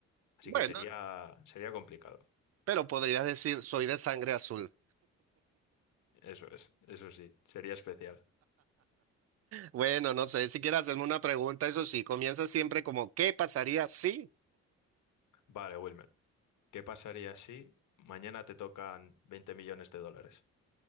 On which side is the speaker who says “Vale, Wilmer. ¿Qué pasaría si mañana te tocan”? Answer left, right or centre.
Left